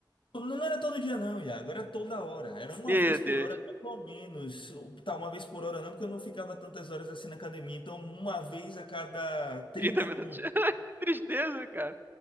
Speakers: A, on the left (about 80°); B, on the right (about 25°).
A: Não era todo dia não, Iago, era toda hora. Era uma
B: Meu
A: vez por
B: Deus.
A: hora, pelo menos. Tá, uma vez por hora não, porque eu não ficava tantas horas assim na academia. Então, uma vez a cada 30
B: trinta minutos.
A: minutos.
B: <laughs> Que tristeza, cara.